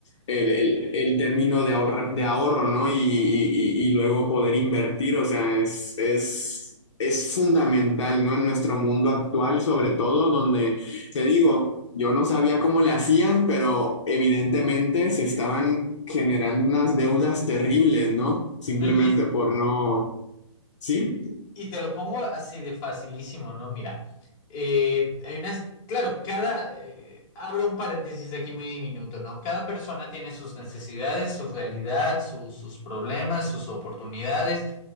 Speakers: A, on the left; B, on the left.
A: el, el- el término de ahorro, de ahorro, ¿no? Y, y- y- y luego poder invertir, o sea, es, es, es fundamental, ¿no? En nuestro mundo actual, sobre todo, donde, te digo, yo no sabía cómo le hacían, pero evidentemente se estaban generando unas deudas terribles, ¿no? Simplemente
B: ¿no? Y es,
A: por no, ¿sí?
B: y, y te lo pongo así de facilísimo, ¿no? Mira, eh, hay unas, claro, cada, eh, abro un paréntesis aquí muy diminuto, ¿no? Cada persona tiene sus necesidades, su realidad, su- sus problemas, sus oportunidades.